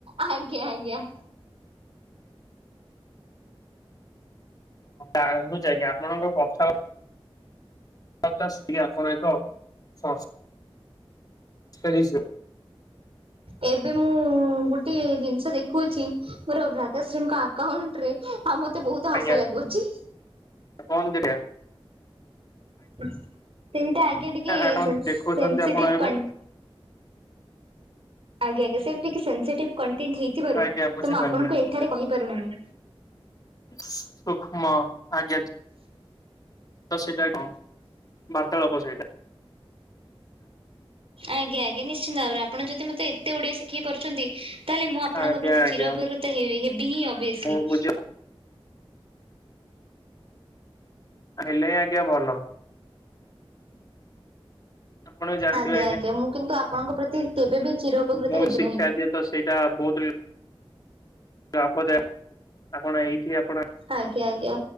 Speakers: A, on the right; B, on the left.
A: ଆଜ୍ଞା ଆଜ୍ଞା।
B: <inaudible> ଆପଣଙ୍କ କଥା <unintelligible> <inaudible>
A: ଏବେ ମୁଁ ଗୋଟେ ଜିନିଷ ଦେଖୁଅଛି। ମୋର ଭ୍ରାତାଶ୍ରୀଙ୍କ ଆକାଉଣ୍ଟ ରେ, ଆଉ ମତେ ବୋହୁତ ତ ହସ
B: ଆଜ୍ଞା
A: ଲାଗୁଅଛି।
B: କଣ ଦେଖିବା
A: ସିନ୍ ଟା ଆଜ୍ଞା ଟିକେ
B: ଆପଣ
A: ସେନ୍
B: ଦେଖଉଛନ୍ତି
A: ସେନ୍ସିଟିଭ
B: ଆପଣ ଏବେ
A: କଣ ଆଜ୍ଞା ଆଜ୍ଞା। ସେମତି କି ସେନ୍ସିଟିଭ କଣ୍ଟେଣ୍ଟ ହେଇଥିବାରୁ,
B: ଆଜ୍ଞା ବୁଝିପାରିଲେ
A: ତ ମୁଁ ଆପଣଙ୍କୁ
B: ଆଜ୍ଞା
A: ଏଠାରେ କହିପାରୁନାହିଁ।
B: ସୂକ୍ଷ୍ମ ଆଜ୍ଞା। ତ ସେଇଟା ହଁ ବାର୍ତ୍ତାଳାପ ସେଇଟା।
A: ଆଜ୍ଞା ଆଜ୍ଞା। ନିଶ୍ଚିନ୍ତ ଭାବରେ ଆପଣ ଯଦି ମତେ ଏତେ ଓଡିଆ ଶିଖେଇ ପାରୁଛନ୍ତି! ତାହେଲେ ମୁଁ ଆପଣଙ୍କ
B: ଆଜ୍ଞା
A: ପ୍ରତି
B: ଆଜ୍ଞା
A: ଚିର ଉପକୃତ ହେବି ହେବି ହିଁ ଅଭିୱସଲି।
B: ମୁଁ ବୁଝି ହେଲେ ଆଜ୍ଞା ଭଲ। ଆପଣ ବି ଜାଣିଥିବେ
A: ଆଜ୍ଞା ଆଜ୍ଞା। ମୁଁ କିନ୍ତୁ ଆପଣଙ୍କ ପ୍ରତି କେବେ ବି ଚିର ଉପକୃତ
B: ମୁଁ
A: ହେବି
B: ଶିକ୍ଷା
A: ନାହିଁ।
B: ଦି ତ ସେଇଟା ବହୁତ ଲାଭଦାୟକ। ଆପଣ ଏଇଠି ଆପଣ
A: ଆଜ୍ଞା ଆଜ୍ଞା।